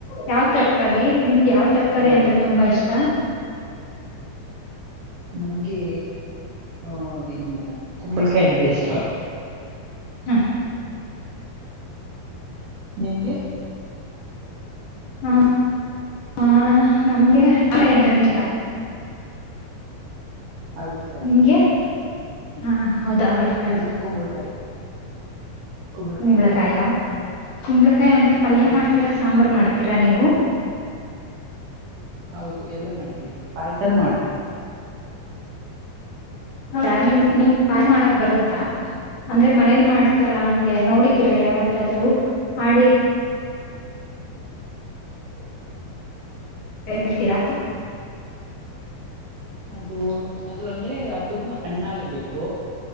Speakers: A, on the left; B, on the right.
A: ಯಾವ್ ತರಕಾರಿ ನಿಮ್ಗೆ ಯಾವ್ ತರಕಾರಿ
B: ಹೌದು
A: ಅಂದ್ರೆ ತುಂಬಾ ಇಷ್ಟ
B: ನನ್ಗೆ ಅ ಅದೇನು ಕುಂಬಳಕಾಯಿ ಅಂದ್ರೆ ಇಷ್ಟ
A: ಹಾ
B: ನಿಂಗ
A: ಹಾ ಹ ನಮ್ಗೆ ಅಲ್ಲ ಎಂದ್ರನ ಇಷ್ಟ
B: ಹಾಗಗಲ್ತಾಯತಾ
A: ನಿಮ್ಗೆ ಹ ಹೌದಾ ಹಾಗಲಕಾಯಿ
B: ಮೆ ಕುಂಬಳಕಾಯ ಕಮಿಳಕಾಯಂತ
A: ಕುಂಬಳಕಾಯ
B: ಇಷ್ಟ
A: ಕುಂಬಳಕಾಯಿ ಅಂದ್ರೆ ಪಲ್ಯ
B: ಹ್ಮ್
A: ಮಾಡ್ತೀರಾ ಸಾಂಬಾರ್ ಮಾಡ್ತೀರಾ ನೀವು
B: ಹೌದು ಎಲ್ಲ ಮಾಡ್ತೀವಿ ಪಾಯಸನ ಮಾಡ್ತಾರೆ
A: ಹೌದಾ ನಿಮ ನಿಮ ಪಾರ್ ಮಾಡಕ್ ಬರುತ್ತಾ ಅಂದ್ರೆ ಮನೇಲಿ ಮಾಡ್ತಾರ ಹಂಗ ಹಾಗಗೆ ನೋಡಿದೀರ ಯಾವತ್ತಾದ್ೂ ಮಾಡಿ ಹೇಳ್ತೀರಾ
B: ಅದು ಅದು ಅಂದ್ರೆ ಅದು ತುಂಬಾ ಹಣ್ಣಾಗಿರ್ಬೇಕು